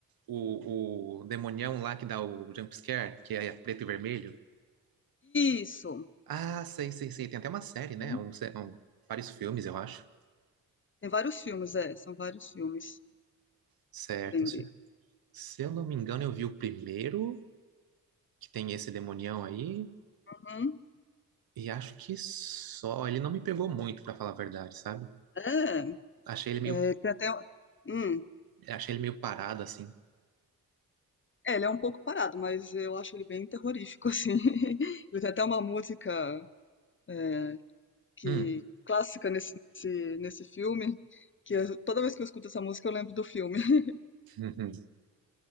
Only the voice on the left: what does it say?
Isso!
Uhum.
Tem vários filmes, é, são vários filmes.
Entendi.
Uhum.
É,
é, tem até. um, Hum.
É, ele é um pouco parado, mas eu acho ele bem terrorífico, assim. <laughs> Ele tem até uma música é, que
clássica nesse, nesse, nesse filme, que eu- toda vez que eu escuto essa música eu lembro do filme. <laughs>